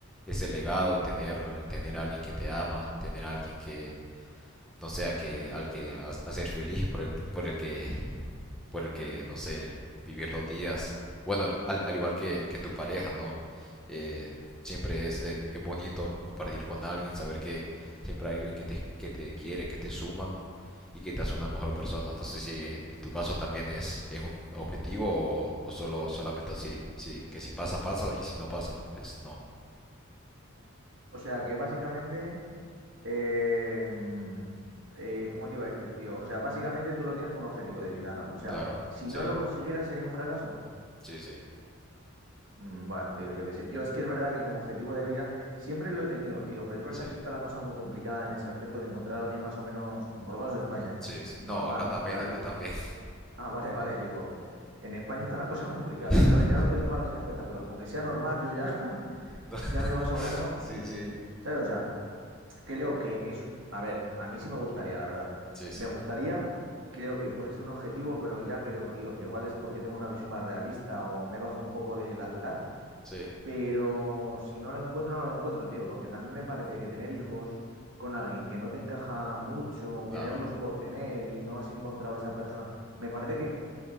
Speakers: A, in the centre; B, on the right.
A: ese legado, tener, tener a alguien que te ama, tener a alguien que, no sea que, al que has- hacer feliz, por el, por el que por el que, no sé, vivir los días. Bueno, al, al igual que, que tu pareja, ¿no? Eh, siempre es, eh, es bonito compartir con alguien, saber que siempre hay alguien que te, que te quiere, que te suma y que te hace una mejor persona. No sé si en, en tu caso también es, es un objetivo o, o solo solamente así, sí, que si pasa, pasa y si no pasa, no, pues no.
B: O sea que básicamente Eh, mm, eh, ¿cómo te iba a decir, tío? O sea, básicamente tú lo tienes con un objetivo de vida, ¿no? O sea,
A: Claro,
B: si
A: sí,
B: no lo consiguieras sería un fracaso.
A: sí, sí,
B: Mm, Bueno, tío, yo qué sé. Yo es que es verdad que como objetivo de vida siempre lo he tenido, tío, pero es verdad
A: sí,
B: que está la cosa muy complicada en ese aspecto de encontrar a alguien más o menos, por lo menos en España, ¿eh?
A: sí, sí.
B: Normal.
A: No, acá también,
B: O sea,
A: acá
B: yo-
A: también.
B: <laughs> ah, vale, vale, digo, en España está la cosa <laughs> complicada,
A: <laughs>
B: ¿sabes? Ya no te digo a alguien espectacular, con que sea normal, yo ya, <laughs>
A: No,
B: ya me va sobrando
A: sí,
B: y,
A: sí,
B: ¿sabes? O sea, Creo que es, a ver, a mí sí me gustaría, la verdad.
A: sí,
B: Me
A: sí,
B: gustaría, creo que puede ser un objetivo, pero ya creo, tío, que igual es porque tengo una visión más realista o me bajo un poco del altar,
A: sí,
B: pero si no lo encuentro, no lo encuentro, tío, porque también me parece que tener hijos con alguien que no te encaja mucho, o
A: claro,
B: tenerlos por tener y no has encontrado esa persona, me parece que